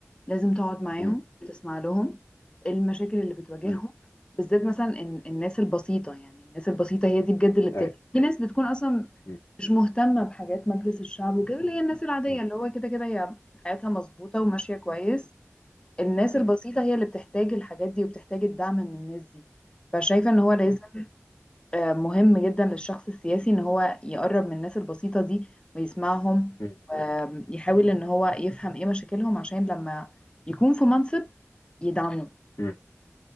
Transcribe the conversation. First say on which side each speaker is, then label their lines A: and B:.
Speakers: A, on the left; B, on the left.
A: لازم تقعد معاهم
B: مم.
A: وتسمع لهم المشاكل اللي بتواجههم
B: مم.
A: بالذات مثلا إن- الناس البسيطة يعني الناس البسيطة هي دي بجد اللي بتفرق
B: ايوه
A: في ناس بتكون اصلا
B: مم.
A: مش مهتمة بحاجات مجلس الشعب وكده اللي هي الناس العادية
B: مم.
A: اللي هو كده كده هي حياتها مظبوطة وماشية كويس الناس
B: مم.
A: البسيطة هي اللي بتحتاج الحاجات دي وبتحتاج الدعم من الناس دي فشايفة ان هو لازم آه، مهم جدا للشخص السياسي ان هو يقرب من الناس البسيطة دي ويسمعهم
B: مم.
A: ويحاول ان هو يفهم ايه مشاكلهم عشان لما يكون في منصب يدعمه
B: مم.